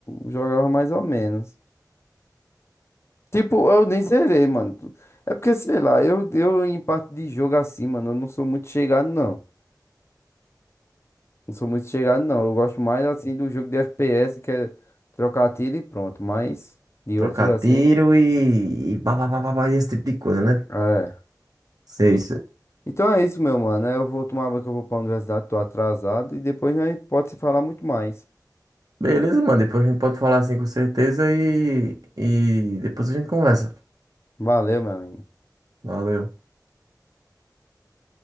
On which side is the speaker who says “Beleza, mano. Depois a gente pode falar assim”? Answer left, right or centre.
Right